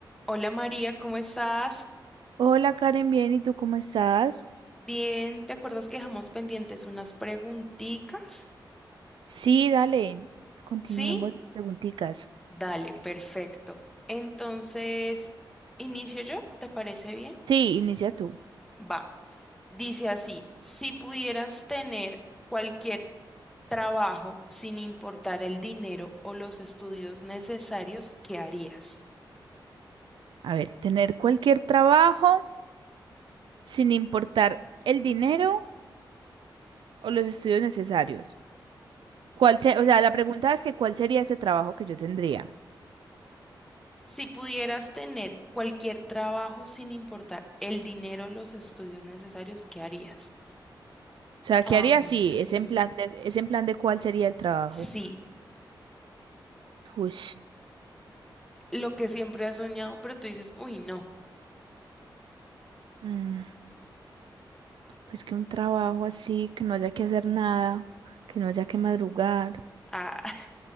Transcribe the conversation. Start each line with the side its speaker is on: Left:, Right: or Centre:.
Centre: Hola María, ¿cómo estás?
Right: Hola Karen, bien, ¿y tú cómo estás?
Centre: Bien, ¿te acuerdas que dejamos pendientes unas preguntitas?
Right: Sí, dale, continuemos
Centre: ¿Sí?
Right: las preguntitas.
Centre: Dale, perfecto. Entonces, ¿inicio yo? ¿Te parece bien?
Right: Sí, inicia tú.
Centre: Va. Dice así, si pudieras tener cualquier trabajo sin importar el dinero o los estudios necesarios, ¿qué harías?
Right: A ver, tener cualquier trabajo sin importar el dinero o los estudios necesarios. ¿Cuál se-
Centre: Sí.
Right: o sea, la pregunta es que ¿cuál sería ese trabajo que yo tendría?
Centre: Si pudieras tener cualquier trabajo sin importar el dinero o los estudios necesarios, ¿qué harías?
Right: O sea,
Centre: Ay,
Right: ¿qué haría si
Centre: sí.
Right: es en plan de, es en plan de cuál sería el trabajo?
Centre: Sí,
Right: Uy,
Centre: lo que siempre has soñado, pero tú dices, uy, no.
Right: mm, pues que un trabajo así, que no haya que hacer nada, que no haya que madrugar.
Centre: Ah, <laughs>